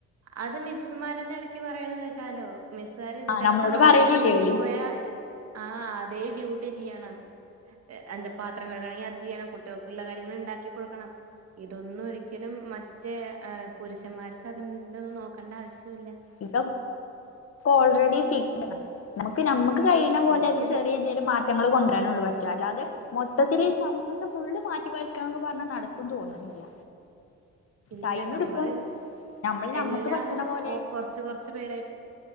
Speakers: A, on the right (about 55°); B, on the left (about 50°).
A: അത് മിസ്സുമാരന്റെ ഇടക്ക് പറയണ കേക്കാലോ മിസ്സാാര്
B: ആ
A: ഇതൊക്കെ
B: നമ്മളോട്
A: പറഞ്ഞല്
B: പറയലില്ലേ
A: വീട്ടിൽ
B: ഓല്
A: പോയാ ആഹ അതേ ഡ്യൂട്ടി ചെയ്യണം എന്താ പാത്രങ്ങൾക്കണെങ്കി അത് ചെയ്യണം കുട്ടികൾക്ക ഉള്ള കാര്യങ്ങൾ ഉണ്ടാക്കി കൊടുക്കണം ഇതൊന്നും ഒരിക്കലും മറ്റേ പുരുഷന്മാർക്ക് അത്ണ്ടന്ന് നോക്കണ്ട ആവശ്യമില്ല
B: ഇതൊ ഓൾറെഡി ഫക് നമുക്ക് നമ്മക്ക് കഴിയുന്ന പോലെ
A: ശരിക്കിത്
B: അത് ചെ റിയന്തെലും മാറ്റങ്ങൾ കൊണ്ടുവരാനുള്ളള്ളൂ പറ്റ അല്ലാെ മൊത്തത്തിൽ ഈ സമൂഹത്തെ ഫുള്ള് മാറ്റിമാറക്കൊക്കെ പറഞ്ഞാൽ നടക്ക തോന്നുന്നില്ല
A: ഇല്ല
B: ടൈം
A: നമ്മള്
B: എടുക്കും നമ്മൾ നമ്മക്ക്
A: എല്ലാവരും
B: പറ്റണ പോലെ
A: കൊറച്ച് കു കൊറച്ച പേരായിട്ട്